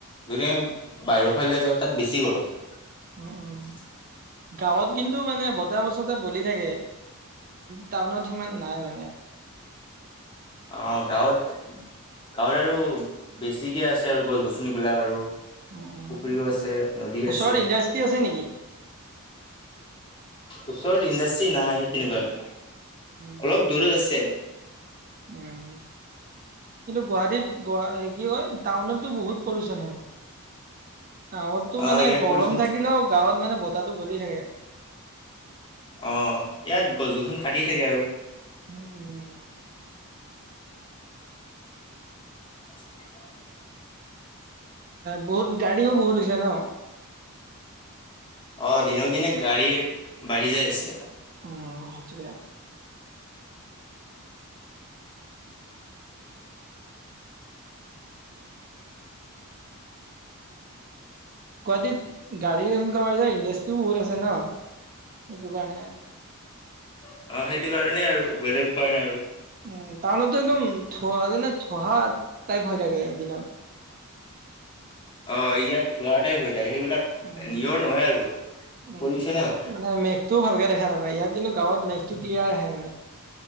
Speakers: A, on the left (about 20°); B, on the right (about 40°).
A: যদি আমি বাহিৰৰ ফালে যাওঁ তাত বেছি গৰম। <inaudible>
B: উম উম গাঁৱত কিন্তু মানে বতাহ বছতে বলি থাকে। টাউনত সিমান নাই মানে।
A: অ', গাঁৱত গাঁওত আৰু বেছিকে আছে আৰু গছ গছনি বিলাক আৰু
B: উম উম
A: পুখুৰীও আছে নদী আছে
B: ওচৰত ইণ্ডাষ্ট্ৰি আছে নেকি
A: ওচৰত ইণ্ডাষ্ট্ৰি নাই তেনেকুৱাকে
B: উম
A: অলপ দূৰৰত আছে।
B: উম, কিন্তু গুৱাহাটীত গ কি হয়। টাউনতো বহুত পলিউচন হয় টাউনতটো
A: অ
B: মানে
A: ইয়াত
B: গৰম
A: পলিউচন
B: থাকিলেও গাঁৱত মানে বতাহটো বলি থাকে
A: অ', ইয়াত গছ গছনি কাটি থাকে আৰু।
B: উম, উম, উম।
A: <unintelligible>
B: বহুত গাড়ীও বহুত হৈছে ন।
A: অ', দিনক দিনে গাড়ী বাঢ়ি যাই আছে।
B: উম, সেইটোৱে। গুৱাহাটীত গাড়ী সংখ্যা পাইছে ইণ্ডাষ্ট্ৰিও বহুত আছে ন সেইটো কাৰণে
A: অ', সেইটো কাৰণেই আৰু বেলেগ উপায় নাই আৰু
B: উ টাউনটো মানততো একদম ধোহা মানে ধোহা টাইপ হৈ থাকে দিনত
A: অ', ইয়াত ধোৱা এটাই হৈ থাকে সেইবিলাক
B: উম,
A: নিয়ৰ নহয় আৰু
B: উম,
A: পলিউচনে হয়
B: মানে মে তো ভালকে দেখা নাপায় ইয়াত কিন্তু গাঁৱত মেঘটো ক্লিয়াৰ আহে